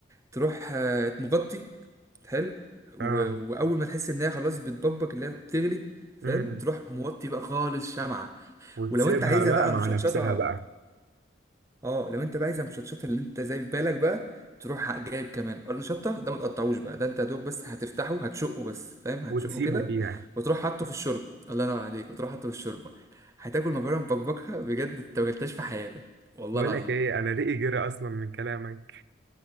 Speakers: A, on the right; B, on the right.
A: تروح آه، مغطي حلو و...
B: اه
A: وأول ما تحس إن هي خلاص بتبقبق اللي هي بتغلي فاهم
B: امم
A: تروح موطي بقى خالص شمعة
B: وتسيبها
A: ولو أنت عايزها
B: بقى
A: بقى
B: مع
A: مشطشطة
B: نفسها بقى
A: اه لو انت بقى عايز المشطشطه اللي انت زي في بالك بقى تروح جايب كمان قرن شطه ده ما تقطعوش بقى ده انت يا دوب بس هتفتحه هتشقه بس فاهم هتشقه
B: وتسيبه
A: كده
B: فيها
A: وتروح حاطه في الشوربه الله ينور عليك وتروح حاطه في الشوربه هتاكل مكرونه مبكبكه بجد انت ما اكلتهاش في حياتك والله
B: بقول
A: العظيم
B: لك ايه انا رقي جرى اصلا من كلامك